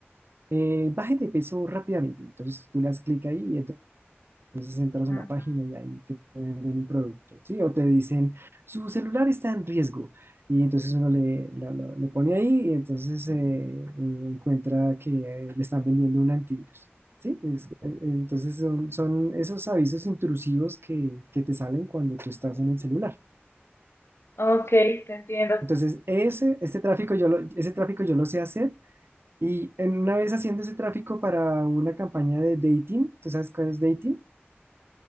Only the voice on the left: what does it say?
Ah,
ok, te entiendo.